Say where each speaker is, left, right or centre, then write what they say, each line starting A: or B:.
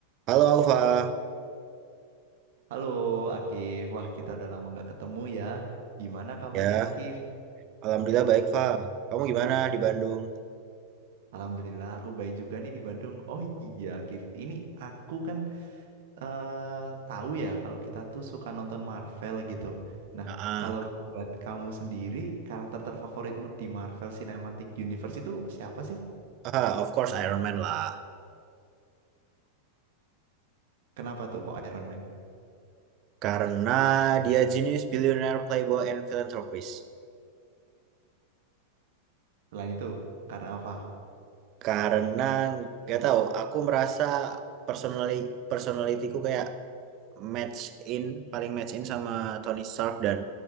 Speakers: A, on the right (about 40°); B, on the right (about 55°).
A: Halo Alfa,
B: Halo Akif, wah kita udah lama nggak ketemu ya. Gimana kabarnya
A: ya
B: Akif?
A: Alhamdulillah baik Fa. Kamu gimana di Bandung?
B: Alhamdulillah aku baik juga nih di Bandung. Oh iya Akif, ini aku kan eh, tahu ya kalau kita tuh suka nonton Marvel gitu. Nah
A: Ah,
B: kalau
A: ah.
B: buat kamu sendiri karakter terfavoritmu di Marvel Cinematic Universe itu siapa sih?
A: Ah, of course Iron Man lah.
B: Kenapa tuh kok Iron Man?
A: Karena dia genius, billionaire, playboy, and philanthropist.
B: Selain itu karena apa?
A: Karena gak tahu, aku merasa personally personalityku kayak match in, paling match in sama Tony Stark dan